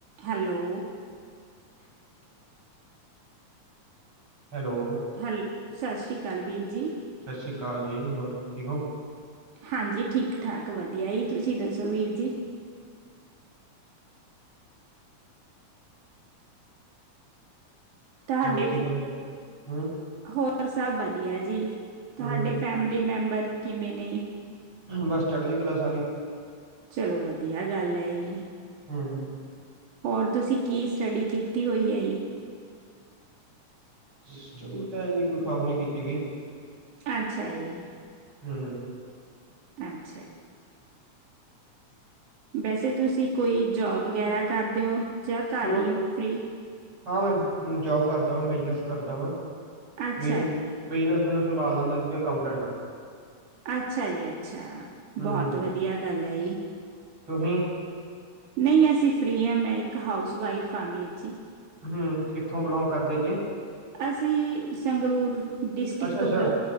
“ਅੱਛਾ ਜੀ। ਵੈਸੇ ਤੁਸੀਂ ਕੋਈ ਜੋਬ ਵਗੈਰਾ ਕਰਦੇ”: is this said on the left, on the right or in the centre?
Right